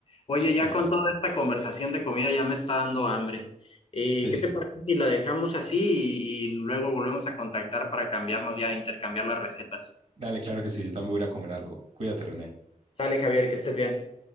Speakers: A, on the left; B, on the right.
A: Oye,
B: Sí,
A: ya
B: sí.
A: con
B: Sí.
A: toda esta conversación de comida ya me está dando hambre. Eh,
B: Sí,
A: ¿qué te parece si la dejamos así y, y luego volvemos a contactar para cambiarnos ya, intercambiar las recetas?
B: Dale, claro que sí. Yo también voy a ir a comer algo. Cuídate, René.
A: Sale, Javier, que estés bien.